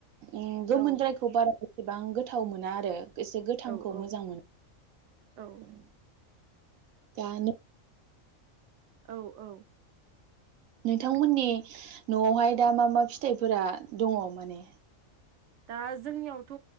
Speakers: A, on the right; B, on the right.
A: उम गोमोनद्रायखौ
B: औ
A: बारा गो एसेबां गोथाव मोना आरो एसे गोथांखौ
B: औ औ
A: मोजां मोनो
B: औ
A: दा नो
B: औ औ
A: नोंथांमोननि न'आवहाय दा मा मा फिथाइफोरा दङ माने?
B: दा जोंनियावथ'